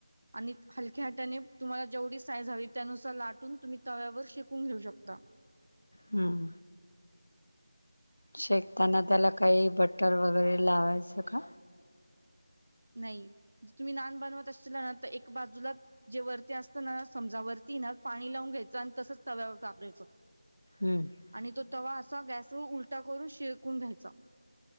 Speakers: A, on the right; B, on the left.
A: आणि हलक्या हाताने तुम्हाला जेवढी साईज हवी त्यानुसार लाटून तुम्ही तव्यावर शेकून घेऊ शकता
B: हुं शेकताना त्याला काही बटर वगैरे लावायचं का?
A: नाही तुम्ही नान बनवत असशीलाना त एक बाजूला जे वरती असत ना समजा वर तीना पाणी लावून घ्यायचं आणि तसच तव्यावर टाकायचं.
B: हम्म
A: आणि तो तवा असा गॅसवर उलटा करून शिळकून घ्यायचा.